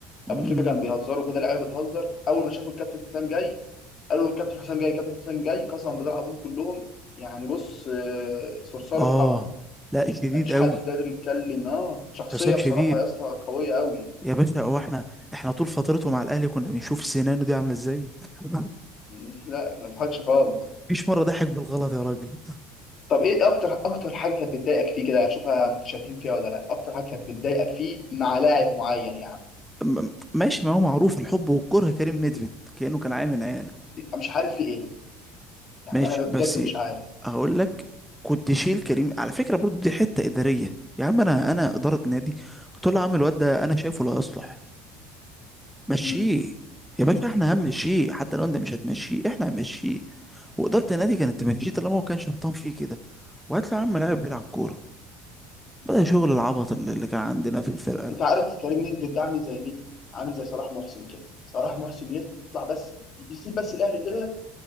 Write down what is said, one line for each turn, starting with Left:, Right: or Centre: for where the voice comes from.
Centre: مم.
Left: ابو تريكه كان بيهزروا كده اللعيبه بتهزر اول ما شافوا الكابتن حسام جاي قالوا الكابتن حسام جاي الكابتن حسام جاي قسما بالله العظيم كلهم يعني بص آه، صرصار
Centre: آه.
Left: الحق
Centre: لا شديد
Left: ما فيش
Centre: قوي
Left: حد قادر يتكلم اه شخصيه
Centre: حسام شديد
Left: بصراحه يا اسطى قويه قوي
Centre: يا باشا هو احنا احنا طول فترته مع الاهلي كنا بنشوف سنانه دي عامله ازاي <laughs>
Left: <laughs> لا ما تضحكش خالص
Centre: مفيش مره ضحك بالغلط يا راجل
Left: طب ايه اكتر اكتر حاجه كانت بتضايقك فيه كده اشوفها متشابهين فيها ولا لا اكتر حاجه كانت بتضايقك فيه مع لاعب معين يعني
Centre: م- م- ماشي ما هو معروف الحب والكره كريم نيدفيد كانه كان عيل من عياله
Left: مش عارف في ايه يعني
Centre: ماشي
Left: انا بجد
Centre: بس
Left: مش عارف
Centre: هقول لك كنت شيل كريم على فكره برضو دي حته اداريه يا عم انا انا اداره نادي قلت له يا عم الواد ده انا شايفه لا يصلح مشيه
Left: مم.
Centre: يا باشا احنا هنمشيه حتى لو انت مش هتمشيه احنا هنمشيه وإدارة النادي كانت تمشيه طالما هو كان شبطان فيه كده وهات له يا عم لاعب بيلعب كورة بدأ شغل العبط اللي اللي كان عندنا في الفرقة ده
Left: انت عارف كريم نيدفيد ده عامل زي مين؟ عامل زي صلاح محسن كده صلاح محسن يطلع بس يسيب بس الاهلي كده